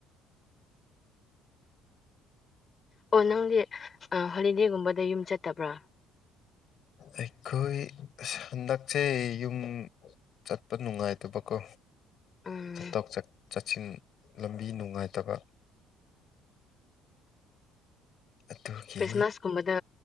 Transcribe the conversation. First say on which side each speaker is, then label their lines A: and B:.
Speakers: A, on the left; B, on the left.
A: ꯑꯣ ꯅꯪꯗꯤ ꯑꯥ ꯍꯣꯂꯤꯗꯦꯒꯨꯝꯕꯗ ꯌꯨꯝ ꯆꯠꯇꯕ꯭ꯔꯥ
B: ꯑꯩꯈꯣꯏ ꯑꯁ ꯍꯟꯗꯛꯁꯦ ꯌꯨꯝ ꯆꯠꯄ ꯅꯨꯡꯉꯥꯏꯇꯕꯀꯣ
A: ꯎꯝ
B: ꯆꯠꯊꯣꯛ ꯆꯠ ꯆꯠꯁꯤꯟ ꯂꯝꯕꯤ ꯅꯨꯡꯉꯥꯏꯇꯕ ꯑꯗꯨꯒꯤ
A: ꯈ꯭ꯔꯤꯁꯃꯥꯁꯀꯨꯝꯕꯗ